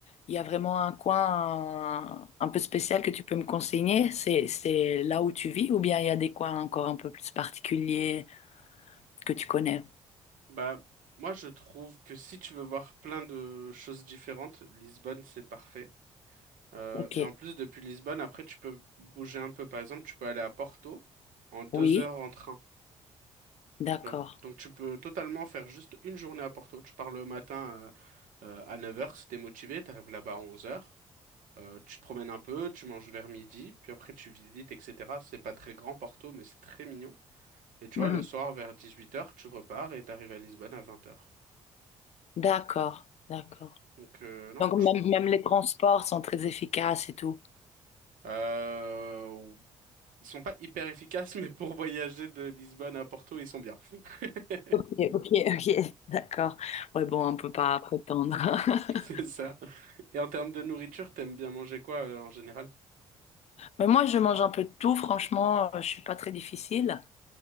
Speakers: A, on the left; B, on the right.
A: il y a vraiment un coin un, un peu spécial que tu peux me conseiller. C'est, c'est là où tu vis ou bien il y a des coins encore un peu plus particuliers que tu connais?
B: Bah, moi, je trouve que si tu veux voir plein de choses différentes, Lisbonne, c'est parfait. Euh,
A: Ok.
B: et en plus, depuis Lisbonne, après, tu peux bouger un peu. Par exemple, tu peux aller à Porto en deux
A: Oui,
B: heures en train.
A: d'accord.
B: tu vois. Donc, tu peux totalement faire juste une journée à Porto. Tu pars le matin euh, euh, à neuf heures, si t'es motivé, t'arrives là-bas à 11h. tu te promènes un peu, tu manges vers midi, puis après tu visites, etc. C'est pas très grand Porto, mais c'est très mignon. Et tu
A: Mhm.
B: vois, le soir vers dix-huit heures, tu repars et t'arrives à Lisbonne à vingt heures.
A: D'accord, d'accord.
B: Donc, euh, non,
A: Donc
B: franchement.
A: même, même les transports sont très efficaces et tout.
B: euh, Ils sont pas hyper efficaces, mais pour voyager de Lisbonne à Porto, ils sont bien. <laughs>
A: Ok, ok, ok, <laughs> d'accord. Ouais, bon, on peut pas prétendre. <laughs>
B: C'est ça. Et en termes de nourriture, t'aimes bien manger quoi euh, en général?
A: Mais moi, je mange un peu de tout, franchement, euh, je suis pas très difficile.